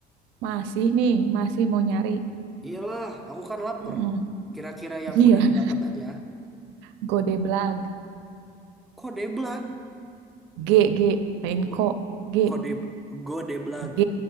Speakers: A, on the right; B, in the centre.
A: Masih nih, masih mau nyari.
B: Iyalah, aku kan lapar.
A: Heeh. <laughs>
B: Kira-kira yang
A: Iya,
B: mudah didapat aja.
A: Godeblag.
B: Kodeblag.
A: G, G, lain
B: Ko-
A: kok. G,
B: Kode Godeblag.
A: G.